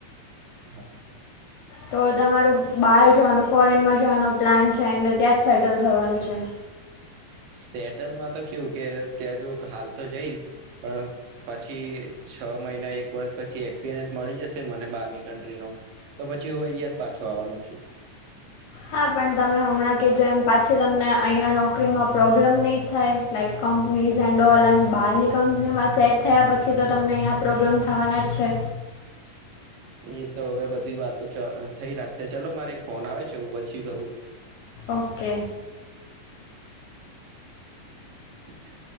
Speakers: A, on the right; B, on the left.
A: હા
B: તો તમારું બહાર જવાનું ફોરેનમાં જવાનું પ્લાન છે એન્ડ ત્યાં જ સેટલ થવાનું છે
A: સેટલમાં તો કેવું કે ત્યાં જો હાલ તો જઈશ પણ પછી છ મહિના એક વર્ષ પછી એક્સપિરિયન્સ મળી જશે ને મને બારની કન્ટ્રીનો તો પછી હું અહંયા જ પાછો આવવાનો છું
B: હા પણ તમે હમણાં કીધું એમ પાછી તમને અહીંયા નોકરીમાં પ્રોબ પ્રોબ્લેમ નહીં થાય લાઈક કંપનીઝ એન્ડ ઓલન બહારની કંપનીમાં સેટ થયા પછી પછી તો તમને અહીંયા પ્રોબ્લેમ થવાના જ છે
A: એ તો હવે બધી વાતો થઈ રાખશે ચલો મારે એક ફોન આવે છે હું પછી કરરું
B: ઓકે
A: હ